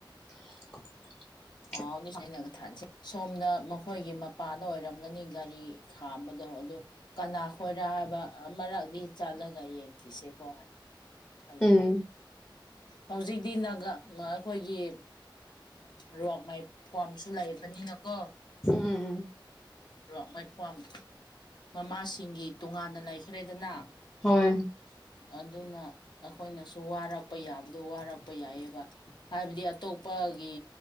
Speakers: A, on the left; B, on the left.
A: ꯍꯤꯛ ꯀ ꯍꯤꯛ
B: ꯄꯥꯎꯗꯤꯅꯒ ꯊꯥꯖꯩ ꯁꯣꯝꯅ ꯃꯈꯣꯏꯒꯤ ꯃꯄꯥꯗ ꯑꯣꯏꯔꯝꯒꯅꯤ ꯒꯥꯔꯤ ꯈꯥꯝꯕꯗꯣ ꯑꯗꯨ ꯀꯅꯥ ꯈꯣꯏꯔꯥ ꯍꯥꯏꯕ ꯑꯃꯛꯗꯤ ꯆꯠꯂꯒ ꯌꯦꯡꯈꯤꯁꯦꯀꯣ ꯒ꯭ꯌꯥꯟ
A: ꯎꯝ
B: ꯇꯥꯗꯦ
A: ꯎꯝ
B: ꯍꯧꯖꯤꯛꯇꯤ ꯅꯥꯒ ꯑꯩꯈꯣꯏꯒꯤ ꯔꯣꯛꯃꯩ ꯐꯣꯝꯁꯨ ꯂꯩꯔꯕꯅꯤꯅꯀꯣ
A: ꯎꯝ
B: ꯔꯣꯛꯃꯩ ꯐꯣꯝ ꯃꯃꯥꯁꯤꯡꯒꯤ ꯇꯣꯉꯥꯟꯅ ꯂꯩꯈ꯭ꯔꯦꯗꯅ
A: ꯍꯣꯏ
B: ꯑꯗꯨꯅ ꯑꯩꯈꯣꯏꯅꯁꯨ ꯋꯥꯔꯛꯄ ꯌꯥꯕꯗꯣ ꯋꯥꯔꯛꯄ ꯌꯥꯏꯑꯕ ꯍꯥꯏꯕꯗꯤ ꯑꯇꯣꯞꯄꯒꯤ